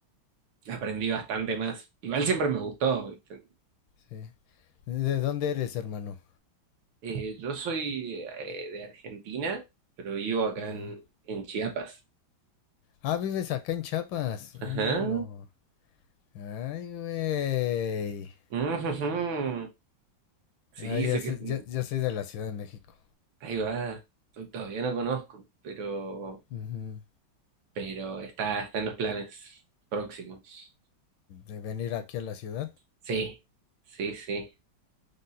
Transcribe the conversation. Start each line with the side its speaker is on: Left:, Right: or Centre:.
Right: aprendí bastante más. Igual siempre me gustó. ¿viste?
Left: sí. ¿De dónde eres, hermano?
Right: Eh, yo soy eh, de Argentina, pero vivo acá
Left: Ajá.
Right: en, en Chiapas.
Left: Ah, vives acá en Chiapas.
Right: Ajá.
Left: Ah, Míralo. Ay, güey.
Right: Ujujú. Sí,
Left: Ah, ya,
Right: sé
Left: so-
Right: que mm,
Left: ya, ya soy de la Ciudad de México.
Right: ahí va. To- Todavía no conozco, pero,
Left: Ujú.
Right: pero está, está en los planes próximos.
Left: De venir aquí a la ciudad.
Right: Sí, sí, sí.